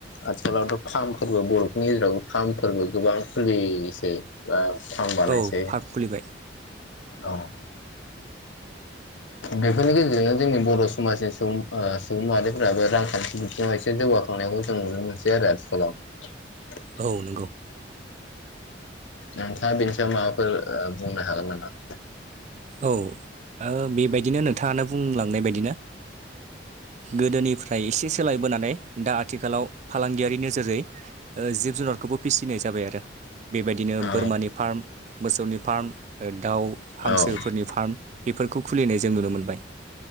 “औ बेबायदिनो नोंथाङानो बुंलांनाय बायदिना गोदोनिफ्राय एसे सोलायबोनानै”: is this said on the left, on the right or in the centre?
Right